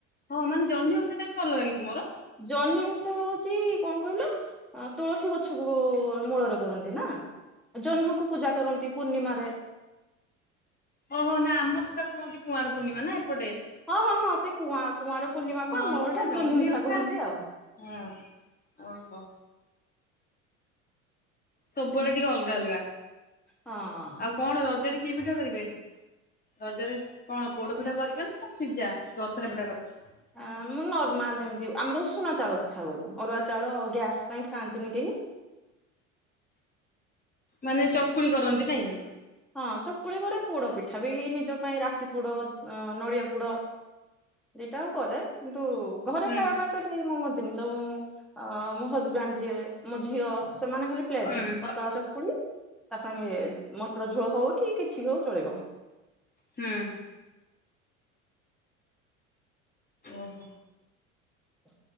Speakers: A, on the left; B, in the centre.
A: ହଁ ମାନେ ଜହ୍ନି ଓଷା ଟା ବି ଅଲଗା କି ତୁମର?
B: ଜହ୍ନି ଉଷା ହଉଚି କଁ କହିଲ? ଆଁ ତୁଳସୀ ଗଛକୁ ମୂଳରେ କରନ୍ତି ନା? ଜହ୍ନକୁ ପୂଜା କରନ୍ତି ପୂର୍ଣ୍ଣିମାରେ
A: ଓହୋ ନା ଆମର ସେଟା କୁହନ୍ତି କୁଆଁର ପୂର୍ଣ୍ଣିମା ନା ଏପଟେ
B: ହଁ ହଁ ହଁ ସେ କୁଆଁ କୁଆଁର ପୂର୍ଣ୍ଣିମାକୁ
A: ହଁ
B: ଆମ
A: ମୁଁ
B: ପଟେ
A: ସେ
B: ଜହ୍ନି ଉଷା
A: ଓଷା
B: କୁହନ୍ତି ଆଉ।
A: ହଁ ଓହୋ। ସବୁଆଡେ ଟିକେ ଅଲଗା ଅଲଗା।
B: ହଁ ଅଁ।
A: ଆଉ କଣ ରଜରେ କି ପିଠା କରିବେ? ରଜରେ କଣ ପୋଡ ପିଠା କରିବେ ନା ସିଜା ଯୋଉ ଅଥରା ପିଠା କରନ୍ତି।
B: ଆ ମୁଁ ନର୍ମାଲ୍ ଏମତି ଆମର ଉଷୁନା ଚାଉଳ ପିଠା କରୁ। ଅରୁଆ ଚାଉଳ ଗ୍ୟାସ୍ ପାଇଁ ଖାଆନ୍ତିନି କେହି
A: ମାନେ ଚକୁଳି କରନ୍ତି ନାଇଁ କି?
B: ହଁ ଚକୁଳି ପଡେ ପୋଡ ପିଠା ବି ନିଜ ପାଇଁ ରାଶି ପୁଡ ଅଁ ନଡିଆ ପୁଡ ଦିଟାଉ କରେ କିନ୍ତୁ ଘରେ
A: ହୁଁ
B: ଖାଇଆ ପାଇଁ ସେ କେଇ ମଙ୍ଗନ୍ତିନି ସବୁ ମୁଁ ଆ ମୋ ହଜବାଣ୍ଡ୍ ଯିଏ ମୋ ଝିଅ ସେମାନେ ଖାଲି ପ୍ଲେନ୍
A: ହୁଁ
B: ପତଳା ଚକୁଳି ତା ସାଙ୍ଗେ ମଟର ଝୋଳ ହଉ କି କିଛି ହଉ ଚଳିବ।
A: ହୁଁ। ଓହୋ
B: ହ